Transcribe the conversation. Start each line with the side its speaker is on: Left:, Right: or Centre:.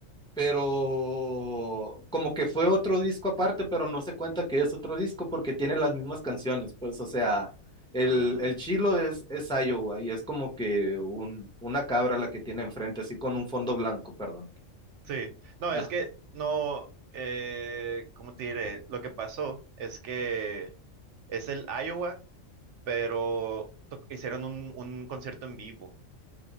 Centre: pero como que fue otro disco aparte, pero no se cuenta que es otro disco porque tiene las mismas canciones, pues, o sea, el,
Right: Ah.
Centre: el chilo es, es Iowa y es como que un, una cabra la que tiene enfrente, así con un fondo blanco, perdón.
Right: Sí, no,
Centre: Ah,
Right: es que no, eh, ¿cómo te diré? Lo que pasó es que es el Iowa, pero to- hicieron un, un concierto en vivo